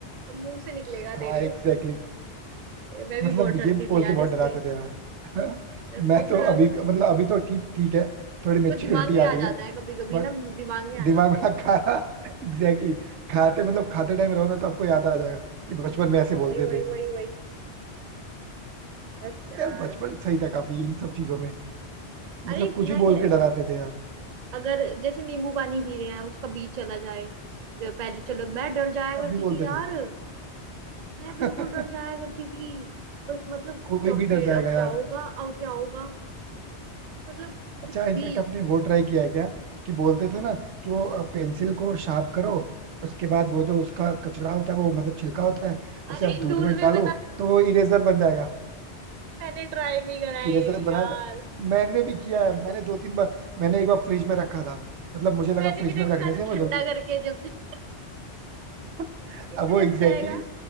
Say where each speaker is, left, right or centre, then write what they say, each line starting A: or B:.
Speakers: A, on the right (about 55°); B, on the right (about 85°).
A: अब मुंह से निकलेगा
B: हाँ
A: तेरे
B: एग्जैक्टली
A: अरे मैं भी
B: मतलब
A: बहुत डरती
B: ये बोल
A: थी यार
B: के बहुत
A: इससे
B: डराते थे यार <laughs>
A: मैं
B: मैं
A: बहुत
B: तो
A: डरा
B: अभी
A: करती
B: मतलब
A: थी
B: अभी तो ठीक ठीक है थोड़ी मेच्योरिटी
A: पर दिमाग में
B: आ
A: आ
B: गई
A: जाता
B: है
A: है कभी कभी
B: बट
A: ना दिमाग में आ
B: दिमाग
A: जाता है
B: में <laughs> खाना एग्जैक्टली exactly, खाते मतलब खाते टाइम रहो ना तो आपको याद आ जाएगा कि बचपन में ऐसे बोलते
A: वही वही
B: थे
A: वही वही बस यार
B: यार बचपन सही था काफी इन सब चीजों में
A: अरे
B: मतलब कुछ
A: मैं
B: ही
A: क्या
B: बोल के डराते थे यार
A: अगर जैसे नींबू पानी पी रहे हैं उसका बीज चला जाए ज- पहले चलो मैं डर जाया
B: तब
A: करती
B: भी बोलते
A: थी यार
B: थे
A: मैं
B: <laughs>
A: बिल्कुल डर जाया करती थी पर मतलब
B: कोई
A: क्या
B: भी डर
A: पेड़
B: जाएगा
A: अब
B: यार
A: क्या होगा अब क्या होगा मतलब
B: अच्छा
A: कुछ
B: इनफेक्ट
A: भी
B: आपने वो ट्राई किया है क्या कि बोलते थे ना कि वो पेंसिल को शार्प करो उसके बाद वो जो उसका कचरा होता है वो मतलब छिलका होता है उसे
A: अरे
B: आप
A: <laughs>
B: दूध
A: दूध
B: में
A: में
B: डालो
A: बना <laughs>
B: तो वो इरेजर बन जाएगा
A: मैंने ट्राई भी करा है
B: इरेजर
A: ये यार
B: बना था मैंने भी किया
A: <laughs>
B: है मैंने दो तीन बार मैंने एक बार फ्रिज में रखा था मतलब मुझे लगा
A: मैंने
B: फ्रिज
A: भी
B: में
A: रखा
B: रखने
A: था
B: से वो
A: ठंडा
B: जल्दी बन
A: करके जब <laughs>
B: <laughs>
A: ये
B: अब
A: मुझे
B: वो
A: जम
B: एग्जैक्टली
A: जाएगा
B: exactly,